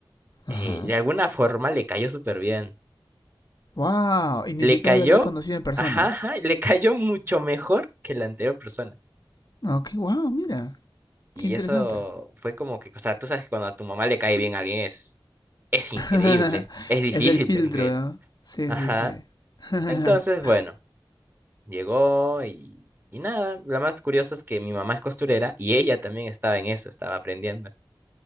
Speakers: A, on the left; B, on the right.
A: Ajá.
B: eh, de alguna forma le cayó súper bien.
A: Wow, y ni
B: Le
A: siquiera
B: cayó,
A: la había conocido en persona.
B: ajá, ajá, le cayó mucho mejor que la anterior persona.
A: Ok, wow, mira,
B: Y
A: qué interesante.
B: eso fue como que, o sea, tú sabes que cuando a tu mamá le cae bien a alguien es, es increíble.
A: <laughs>
B: Es difícil,
A: Es el filtro,
B: pero increíble.
A: ¿no? Sí,
B: Ajá.
A: sí, sí. <laughs>
B: Entonces, bueno, llegó y, y nada. Lo más curioso es que mi mamá es costurera y ella también estaba en eso, estaba aprendiendo.